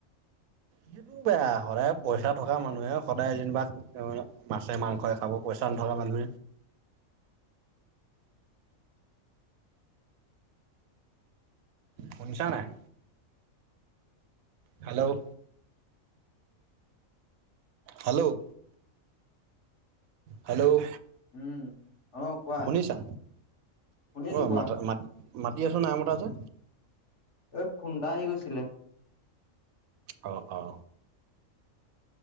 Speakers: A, on the right (about 85°); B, on the left (about 60°).
A: সেইটো বেয়া সদায় পইচা থকা মানুহে সদায় যেনিবা মাছে মাংস খাব পইচা নথকা বন্ধু শুনছা নাই হেল্ল' হেল্ল' হেল্ল'
B: উম অ কোৱা
A: শুনিছা
B: শুনিছো
A: অ
B: কোৱা
A: মাত ম ম দি আছো নাই মতা যে
B: এ ফুনটা আহি গৈছিলে
A: অ অ